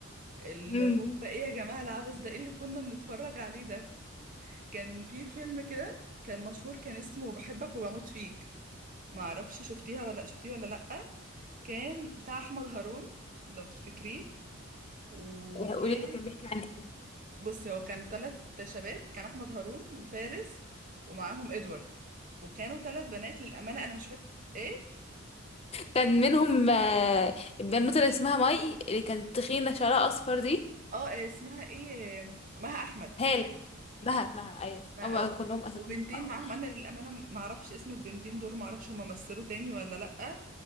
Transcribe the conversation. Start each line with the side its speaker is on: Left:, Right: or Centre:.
Right: اللي
Left: امم
Right: هو ايه يا جماعه العبث ده ايه اللي كنا بنتفرج عليه ده كان في فيلم كده كان مشهور كان اسمه بحبك وبموت فيك ما اعرفش شفتيها ولا شفتيه ولا لا كان بتاع احمد هارون لو تفتكريه وكان
Left: قولي لي كان بيحكي عن ايه
Right: بص هو كان ثلاث شباب كان احمد هارون وفارس ومعاهم ادوارد وكانوا ثلاث بنات للامانه انا مش فاكره ايه
Left: كان منهم آه، البنوته اللي اسمها ماي اللي كانت تخينه شعرها اصفر دي
Right: اه إيه اسمها ايه مها احمد
Left: هالة مها مها أيوة
Right: ما
Left: هما
Right: اه
Left: كلهم أساميهم
Right: وبنتين
Left: بعض.
Right: معاهم انا للامانه ما اعرفش اسم البنتين دول ما اعرفش هم مثلوا تاني ولا لا